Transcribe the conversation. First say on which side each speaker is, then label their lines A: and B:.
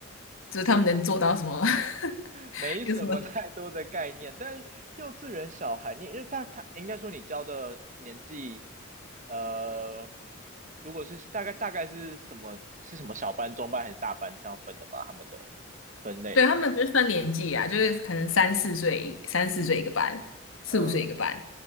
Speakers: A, on the left; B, on the right.
A: 就是他们能做到什么，<laughs>
B: 没什么太多的概念，
A: 有什么
B: 但幼稚园小孩，你因为他他应该说你教的年纪，呃，如果是大概大概是什么是什么小班、中班还是大班这样分的吗？他们的分类，
A: <laughs>？对，他们不是分年纪啊，就是可能三四岁，三四岁一个班，四五岁一个班，
B: 嗯，